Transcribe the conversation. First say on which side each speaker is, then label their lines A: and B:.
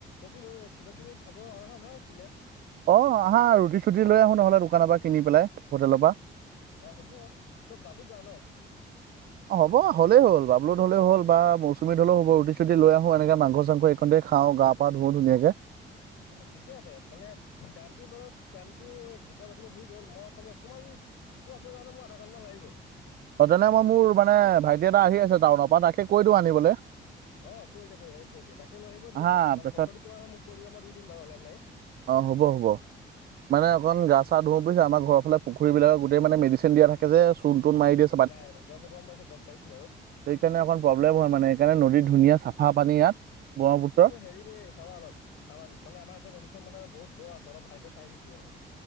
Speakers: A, on the left; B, on the right.
A: কিবি লৈ, কিবা কিবি খাব অনা হয় ভাল আছিলে।
B: অ' আহা! ৰুটি চুটি লৈ আহোঁ নহ'লে দোকানৰ পৰা কিনি পেলাই হোটেলৰ পৰা।
A: অ হ'ব ক'ত বাবুত যাওঁ ন
B: অ', হ'ব হ'লেই হ'ল বাবলুত হ'লেও হ'ল বা মৌচুমীত হ'লেও হ'ব। ৰুটি চুটি লৈ আহোঁ, এনেকে মাংস চাংস <unintelligible> খাওঁ গা পা ধুওঁ ধুনীয়াকে
A: ঠিকে আছে মানে টাইমটো, বাট টাইমটো দুটা বাজিব হৈ গ'ল। মই খালি অকমান তো <unintelligible> মোৰ আধা ঘণ্টা মান লাগিব।
B: অ' তেনে মই মোৰ মানে ভাইটি আহি আছে টাউনৰ পৰা তাকে কৈ দিওঁ আনিবলৈ
A: অ কৈ দিয় কৈ দাকে কৈিয়া তাকে লৈ আহিব দিয়া
B: আহা
A: ম
B: তাৰপিছত
A: পইচাটো কিমান হয়য় মোক কৈ দিব মই দিম বাৰু অনলাইন মত
B: অ হ'ব হ'ব মানে গা ধু প পৰিছে আমাৰ ঘৰ ফাল পুখুৰী বিাক গোট মে মেডচিন দিয়া থে যে চ তন
A: উম
B: মাৰিিয়ে
A: নাই গম গম পাইছোঁ গম পাইছোঁ বাৰু
B: সেইকাৰণে অকণ প্ৰব্লেম হয় মানে সেইকাৰণে
A: অ
B: নদী
A: অ
B: ধুনীয়া
A: অ
B: চাফা পানী ইয়াত ব্ৰহ্মপুত্ৰ
A: কিন্তু হেৰি দেই চাবা অলপ আমাৰ মানে আমাৰ ইফ খন মান বহুত ত দ আ অলপ ভালকে চাই চিতিি আৰু